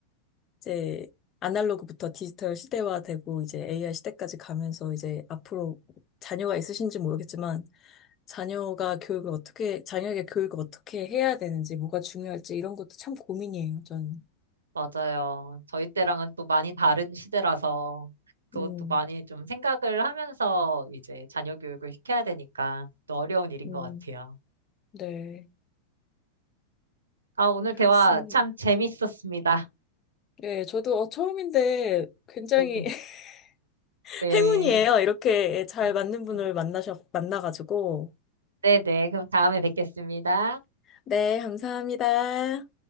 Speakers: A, on the left; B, on the right.
A: 이제 아날로그부터 디지털 시대화되고 이제 AI 시대까지 가면서 이제 앞으로 자녀가 있으신지 모르겠지만 자녀가 교육을 어떻게, 자녀에게 교육을 어떻게 해야 되는지, 뭐가 중요할지 이런 것도 참 고민이에요, 저는.
B: 맞아요. 저희 때랑은 또 많이 다른 시대라서 그것도
A: 음,
B: 많이 좀 생각을 하면서 이제 자녀 교육을 시켜야 되니까 또 어려운 일인
A: 음,
B: 것 같아요.
A: 네.
B: 아, 오늘
A: 그렇습니다.
B: 대화 참 재밌었습니다.
A: 네, 저도 어, 처음인데 굉장히
B: 네네. 네.
A: <laughs>
B: 네.
A: 행운이에요. 이렇게 잘
B: 음,
A: 맞는 분을
B: 네.
A: 만나셔, 만나가지고.
B: 네네. 그럼 다음에 뵙겠습니다.
A: 네, 감사합니다.